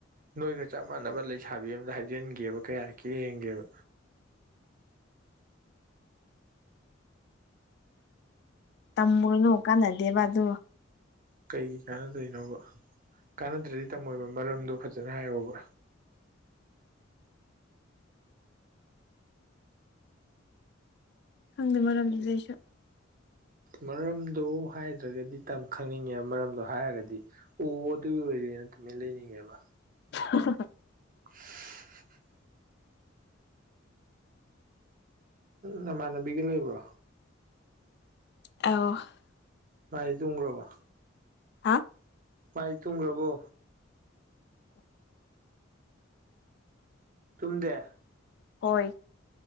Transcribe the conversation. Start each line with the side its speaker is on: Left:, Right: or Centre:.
Right: ꯅꯣꯏꯒ ꯆꯞ ꯃꯥꯟꯅꯕ ꯂꯩꯁꯥꯕꯤ ꯑꯃꯗ ꯍꯥꯏꯖꯤꯟꯒꯦꯕ ꯀꯩ ꯍꯥꯏꯔꯛꯀꯦ ꯌꯦꯡꯒꯦꯕ
Left: ꯇꯝꯃꯨꯔꯨꯅꯨ ꯀꯥꯟꯅꯗꯦꯕ ꯑꯗꯨ
Right: ꯀꯩꯒꯤ ꯀꯥꯟꯅꯗꯣꯏꯅꯣꯕ ꯀꯥꯟꯅꯗ꯭ꯔꯗꯤ ꯇꯝꯃꯣꯏꯕ ꯃꯔꯝꯗꯣ ꯐꯖꯅ ꯍꯥꯏꯌꯣꯕ
Left: ꯈꯪꯗꯦ ꯃꯔꯝꯗꯨꯗꯤ ꯑꯩꯁꯨ
Right: ꯃꯔꯝꯗꯨ ꯍꯥꯏꯗ꯭ꯔꯒꯗꯤ ꯇꯝ ꯈꯪꯅꯤꯡꯉꯦꯕ ꯃꯔꯝꯗꯣ ꯍꯥꯏꯔꯒꯗꯤ ꯑꯣ ꯑꯗꯨ ꯑꯣꯏꯔꯦꯅ ꯇꯨꯃꯤꯟ ꯂꯩꯅꯤꯡꯉꯦꯕ
Left: <unintelligible>
Right: <inaudible> ꯅꯃꯥꯟꯅꯕꯤꯒ ꯂꯩꯕ꯭ꯔꯣ
Left: <inaudible>
Right: ꯃꯥꯗꯤ ꯇꯨꯝꯒ꯭ꯔꯕꯣ
Left: ꯍꯥ
Right: ꯃꯥꯘꯤ ꯇꯨꯡꯈ꯭ꯔꯕꯣ ꯇꯨꯝꯗꯦ
Left: ꯍꯣꯏ